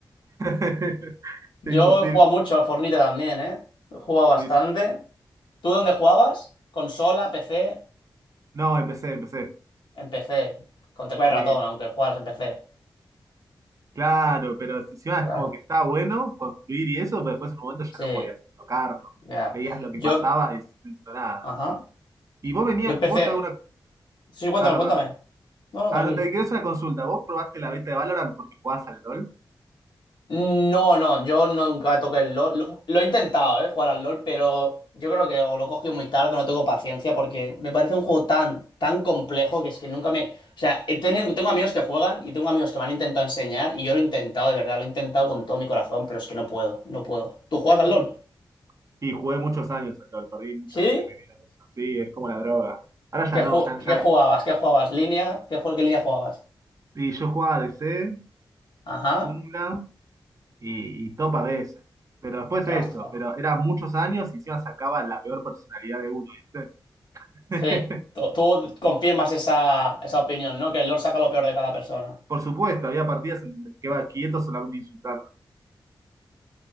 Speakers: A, on the right (about 40°); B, on the left (about 70°).
A: <laughs> Es
B: Yo
A: imposible.
B: he jugado mucho al Fornite también, ¿eh? He jugado bastante.
A: Sí, sí.
B: ¿Tú dónde jugabas? ¿Consola, PC?
A: No, empecé, empecé.
B: En PC, con tecla y
A: Sí,
B: ratón, aunque juegas en PC.
A: claro, pero si encima
B: Claro.
A: es como que está bueno construir y eso, pero después en un momento ya
B: Sí,
A: no podías ni tocarlo.
B: ya.
A: Veías lo que
B: Yo,
A: pasaba y no entiendo nada.
B: ajá.
A: Y vos venías,
B: Yo empecé.
A: vos te hago una.
B: Sí, cuéntame,
A: Ah, no,
B: cuéntame.
A: perdón.
B: No, no,
A: Ah,
B: tranquilo.
A: no, te quiero hacer una consulta. ¿Vos probaste la beta de Valorant porque jugabas al LOL?
B: No, no, yo nunca toqué el LOL. Lo, lo he intentado, eh, jugar al LOL, pero yo creo que o lo he cogido muy tarde, no tengo paciencia, porque me parece un juego tan, tan complejo que es que nunca me. O sea, he tenido- tengo amigos que juegan y tengo amigos que me han intentado enseñar y yo lo he intentado, de verdad, lo he intentado con todo mi corazón, pero es que no puedo, no puedo. ¿Tú juegas al
A: No.
B: LOL?
A: Sí, jugué muchos años al LOL, perdí muchos
B: ¿Sí?
A: años de mi vida. en Sí, es como la droga. Ahora ya
B: ¿Qué,
A: no,
B: ju-
A: ya,
B: qué
A: ya.
B: jugabas? ¿Qué jugabas? ¿Línea? ¿Qué, jue- qué línea jugabas?
A: Y yo jugaba DC,
B: Ajá.
A: jungla y, y top a veces. Pero después
B: Tras,
A: eso,
B: joder.
A: pero eran muchos años y encima sacaba la peor personalidad de uno, ¿viste? <laughs>
B: Sí. Tú, tú confirmas esa, esa opinión, ¿no? Que el LoL saca lo peor de cada persona.
A: Por supuesto, había partidas en donde quedaba quieto solamente insultando.